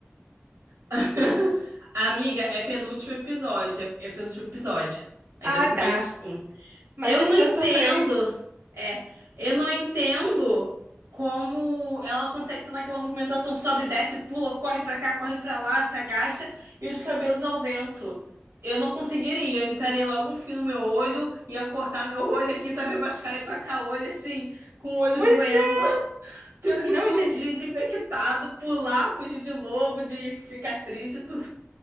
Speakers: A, on the right; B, on the right.
A: <laughs> Amiga, é penúltimo episódio. É, é penúltimo episódio. Ainda
B: Ah,
A: vai ter
B: tá.
A: mais um.
B: Mais
A: Eu
B: um episódio
A: não entendo.
B: de sofrência.
A: É, eu não entendo como ela consegue ter naquela movimentação sobe, desce, pula, corre pra cá, corre pra lá, se agacha e os cabelos ao vento. Eu não conseguiria, eu entraria logo um fio no meu olho, ia cortar meu olho aqui, saber machucar e ficar o olho assim, com o olho
B: Pois
A: doendo,
B: é,
A: <laughs> tendo que
B: não,
A: fugir
B: e sem-
A: de infectado, pular, fugir de lobo, de cicatriz, de tudo.